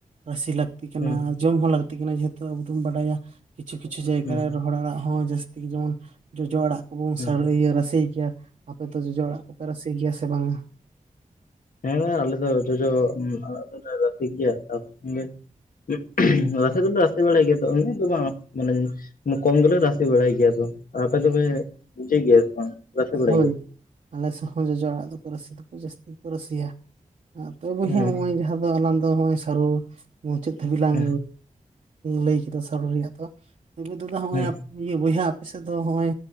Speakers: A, on the right; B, on the left.
A: ᱨᱟᱥᱮ ᱞᱟᱹᱠᱛᱤ ᱠᱟᱱᱟ
B: ᱦᱮᱸ
A: ᱡᱚᱢ ᱦᱚᱸ ᱞᱟᱹᱠᱛᱤ ᱠᱟᱱᱟ ᱡᱮᱦᱮᱛᱩ ᱟᱵᱚ ᱫᱚᱢ ᱵᱟᱰᱟᱭᱟ ᱠᱤᱪᱷᱩ ᱠᱤᱪᱷᱩ ᱡᱟᱭᱜᱟ
B: ᱦᱮᱸ
A: ᱨᱮ ᱨᱚᱦᱚᱲ ᱟᱲᱟᱜ ᱦᱚᱸ ᱡᱟᱹᱥᱛᱤ ᱡᱮᱢᱚᱱ ᱡᱚᱡᱚ ᱟᱲᱟᱜ ᱠᱚᱵᱚᱱ
B: ᱦᱮᱸ
A: <unintelligible> ᱨᱟᱥᱮ ᱜᱮᱭᱟ ᱟᱯᱮ ᱫᱚ ᱡᱚᱡᱚ ᱟᱲᱟᱜ ᱠᱚᱯᱮ ᱨᱟᱥᱮ ᱜᱮᱭᱟ ᱥᱮ ᱵᱟᱝᱟ
B: ᱦᱮᱸ ᱟᱞᱮ ᱫᱚ ᱡᱚᱡᱚ ᱟᱲᱟᱜ ᱫᱚᱞᱮ ᱨᱟᱥᱮ ᱜᱮᱭᱟ <inaudible> <inaudible> ᱨᱟᱥᱮ ᱫᱚᱞᱮ ᱨᱟᱥᱮ ᱵᱟᱲᱟᱭ ᱜᱮᱭᱟ ᱛᱚ ᱩᱱᱟᱹᱜ ᱫᱚ ᱵᱟᱝ ᱢᱟᱱᱮ ᱠᱚᱢ ᱜᱮᱞᱮ ᱨᱟᱥᱮ ᱵᱟᱲᱟᱭ ᱜᱮᱭᱟ ᱫᱚ ᱟᱯᱮ ᱫᱚ ᱯᱮ ᱵᱩᱡᱟᱹᱭ ᱜᱮᱭᱟ ᱥᱮ ᱵᱟᱝ ᱨᱟᱥᱮ ᱵᱟᱲᱟᱭ
A: ᱦᱳᱭ
B: ᱜᱮᱭᱟ
A: ᱟᱞᱮ ᱥᱮᱫ ᱦᱚᱸ ᱡᱚᱡᱚ ᱟᱲᱟᱜ ᱫᱚᱠᱚ ᱨᱟᱥᱮ ᱫᱚᱠᱚ ᱡᱟᱹᱥᱛᱤ ᱠᱚ ᱨᱟᱥᱮᱭᱟ ᱟᱨ ᱛᱚ ᱵᱚᱭᱦᱟ
B: ᱦᱮᱸ
A: ᱱᱚᱜᱼᱚᱭ ᱡᱟᱦᱟᱸ ᱫᱚ ᱟᱞᱟᱝ ᱫᱚ ᱱᱚᱜᱼᱚᱭ ᱥᱟᱹᱨᱩ ᱢᱩᱪᱟᱹᱫ ᱫᱷᱟᱹᱵᱤᱡ ᱞᱟᱝ
B: ᱦᱮᱸ
A: ᱞᱟᱹᱭ ᱠᱮᱫᱟ ᱥᱟᱹᱨᱩ ᱨᱮᱭᱟᱜ ᱫᱚ <unintelligible> ᱫᱟᱫᱟ ᱦᱚᱸᱜᱼᱚᱭ
B: ᱦᱮᱸ
A: ᱤᱭᱟᱹ ᱵᱚᱭᱦᱟ ᱟᱯᱮᱥᱮᱫ ᱫᱚ ᱦᱚᱸᱜ ᱚᱭ